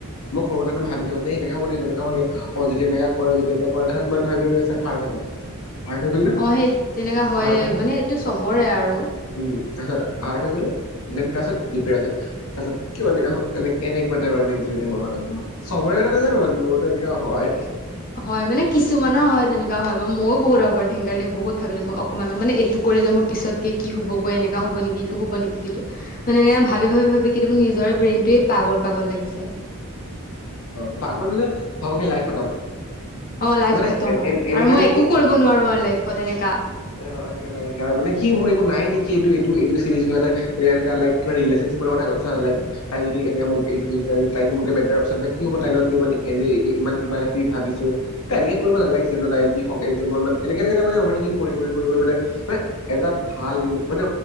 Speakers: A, on the left; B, on the left.
A: মই সৰু কথাটো ভাবি দওঁ যে এনেকা হ'ব নেকি তেনেকা অ যদি এমে কৰে যদি এমে কৰে তোছ মই ধি থাৰ উঠ যাওঁ। হাৰ্ড হৈ গ'ল না
B: অ সেই তেনেককা হয়ে
A: হাৰ্ড হৈ
B: মানে এইেইটো চবৰে আৰু।
A: উম তাৰপিছত আহ‌। হাড হৈ গলো দেনাৰনিয় তাৰপিছত পি পিৱাত তাৰপাছত কিয় এনেকুৱা হ'ল এনেকুৱা টাইপ মেনন্টি লাগে মোৰ চবৰে কথা নাজানো মোৰো এনেকুৱা হয়।
B: হয় মানে কিছুমানৰ হয় তেনেকা হয় বা ময়ো বহুত অভাৰ থিংকাৰ দি বহুত ভাবি থাকো অকমানক মানে এইটো কৰিলে। মোৰ পিছতক কি হ'ব গৈ এনেককা হব নেকি এইটো হব নেকি স এইটো মানে এ ভাবি ভাবি ভাবি কেতিয়াবা নিজৰ ব্ৰেইনটোৱে পাগল পাগল লাগি যায়।
A: অ ভাগৰ মানে চবকে লাইফ খতম।
B: অ লাইফ
A: মানে
B: খতম আৰু
A: এ এনেকা
B: আৰু মই
A: লাগে
B: একো
A: কি
B: কৰিব নোৱাৰো আৰু লাইফত এনেকা।
A: অ এনেকা লাগে আৰু মানে কি মোৰ নাই নেকি এইটো এইটোটো চিৰেজ এইটো লোৱা নাই। এনেকুৱা লাইফ ৰিলেশনশ্বিপৰ কথা কৈছা। লাইফ তাই যদি এনে মোক এৰি থৈ গোচি যায়। তাই মোক মেটাৰ অকচন কি। কি হ'ব তাইৰ লগত মোক ইমান এৰেই এই কিমান কি ভাবিছো। তাই এনেকে কৰিব নালাগিছিল ভাবিছো এনেকে কৰিব নালাগিছিলে কি‌ হ'ক তাই লগত ময় ইমান এৰেই নাই য হ যে মই অভাৰিং কৰি কৰি কৰি কৰি মানে এটা ভালৰিলেস্নিপ মানে